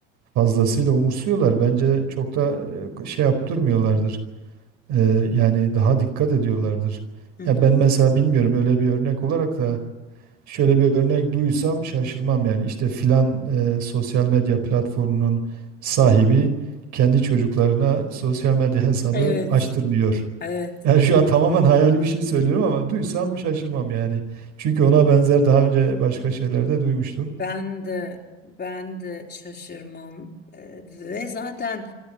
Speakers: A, on the right; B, on the left.
A: fazlasıyla umursuyorlar. Bence çok da e, şey yaptırmıyorlardır. Ee, yani daha dikkat ediyorlardır.
B: Hı hı.
A: Ya ben mesela bilmiyorum öyle bir örnek olarak da şöyle bir örnek duysam şaşırmam yani işte filan e, sosyal medya platformunun sahibi kendi çocuklarına sosyal medya hesabı
B: Evet.
A: açtırmıyor. <laughs>
B: Evet.
A: Yani şu an tamamen hayali bir şey söylüyorum ama duysam şaşırmam yani. Çünkü ona benzer daha önce başka şeylerde duymuştum.
B: Ben de ben de şaşırmam Ee, ve zaten